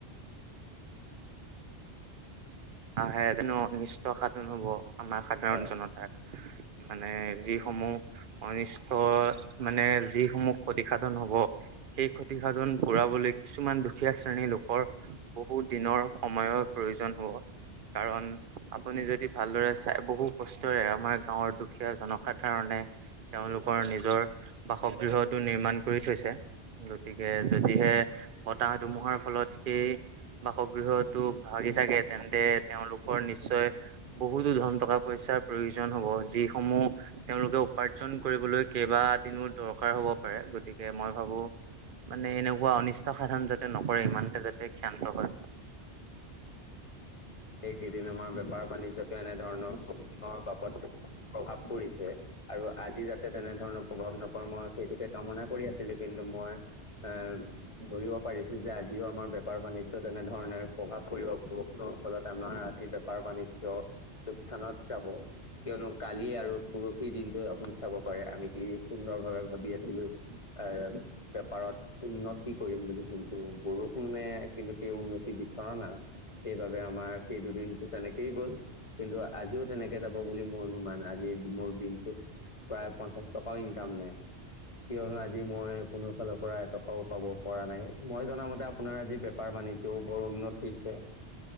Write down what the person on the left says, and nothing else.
হয়
এইকেইদিন আমাৰ বেপাৰ বাণিজ্যটো এনেধৰণৰৰ বৰষুণৰ বাবদ প্ৰভাৱ পৰিছে আৰু আজি যাতে তেনেধৰণৰ প্ৰভাৱ নপৰে মই সেইটোকে কামনা কৰি আছিলো কিন্তু মই এ ধৰিব পাৰিছো যে আজিও আমাৰ বেপাৰ বাণিজ্যত তেনেধৰণে প্ৰভাৱ পৰিব বৰষুণৰ ফলত। আমাৰ আজি বেপাৰ বাণিজ্য লোকচানত যাব। কিয়নো কালি আৰু পৰহি দিনটো আপুনি চাব পাৰে আমি কি সুন্দৰ ভাৱে ভাবি আছিলো আহ বেপাৰত উন্নতি কৰিম বুলি কিন্তু বৰষুণে কিন্তু সেই উন্নতি বিচৰা নাই। সেইবাবে আমাৰ সেই দুদিনটো তেনেকেই গ'ল। কিন্তু আজিও তেনেকে যাব বুলি মোৰ অনুমান আজিৰ মোৰ দিনটোত প্ৰায় পঞ্চাশ টকাও ইনকাম নাই। কিয়নো আজি মই কোনো ফালৰ পৰা এটকাও পাব পৰা নাই মই জনামতে আপোনাৰ আজি বেপাৰ বাণিজ্যও বৰ উন্নত হৈছে।